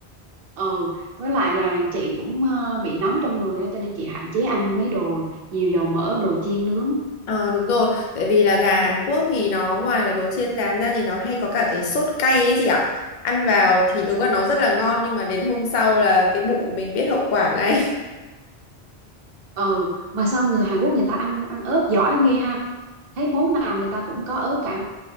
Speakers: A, on the right (about 65°); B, on the left (about 55°).
A: ừ với lại là chị cũng ờ, bị nóng trong người á cho nên chị hạn chế ăn mấy đồ nhiều dầu mỡ đồ chiên nướng
B: Ờ đúng rồi, tại vì là gà Hàn Quốc thì nó ngoài là đồ chiên rán ra thì nó hay có cả cái sốt cay ấy chị ạ. Ăn vào thì đúng là nó rất là ngon nhưng mà đến hôm sau là cái bụng của mình biết hậu quả ngay.
A: ừ mà sao người Hàn Quốc người ta ăn ăn ớt giỏi ghê ha thấy món nào người ta cũng có ớt cả